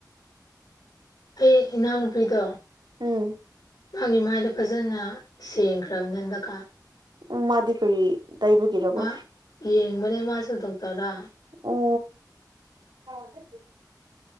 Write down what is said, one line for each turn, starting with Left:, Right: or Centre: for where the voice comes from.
Left: ꯑꯩ ꯏꯅꯥꯎꯅꯨꯄꯤꯗꯣ꯫
Right: ꯎꯝ꯫
Left: ꯃꯥꯒꯤ ꯃꯥꯏꯗꯣ ꯐꯖꯅ ꯁꯦꯡꯈ꯭ꯔꯕꯅꯦ ꯍꯟꯗꯛꯀꯥꯟ
Right: ꯎꯝ ꯃꯥꯗꯤ ꯀꯔꯤ ꯇꯩꯕꯒꯤꯔꯀꯣ
Left: ꯃꯥ ꯌꯦꯡꯕꯅꯦ ꯃꯥꯁꯨ ꯗꯣꯛꯇꯔꯗ
Right: ꯑꯣ ꯑꯁ